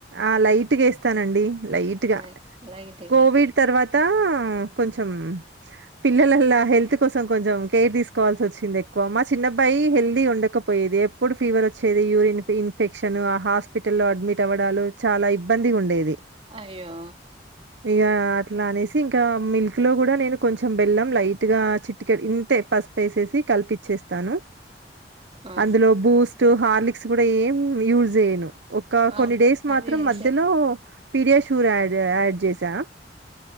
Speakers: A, on the right; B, on the right.
A: ఆ లైట్ గా వేస్తానండి లైట్ గా
B: అయ్ లైట్గా
A: కోవిడ్ తర్వాత తా కొంచెం పిల్లలల్ల హెల్త్ కోసం కొంచెం కేర్ తీసుకోవాల్సి వచ్చింది ఎక్కువ మా చిన్న అబ్బాయి హెల్దిగా ఉండకపోయేది ఎప్పుడు ఫీవర్ వచ్చేది యూరిన్ ఇన్ఫెక్షన్ ఆ హాస్పిటల్లో అడ్మిట్ అవ్వడాలు చాలా ఇబ్బందిగా ఉండేది
B: అయ్యో
A: ఇగ అట్లా అనేసి ఇంకా మిల్క్ లో కూడా నేను కొంచెం బెల్లం లైట్ గా చిటికెడు ఇంతే పసుపు వేసేసి కల్పించేస్తాను
B: ఆ
A: అందులో బూస్ట్ హార్లిక్స్ కూడా ఏం యూజ్ చేయను ఒక
B: అవును
A: కొన్ని డేస్
B: అదే
A: మాత్రం
B: హెల్తే
A: మధ్యలో పీడియా షూర్ యాడ్ యాడ్ చేసా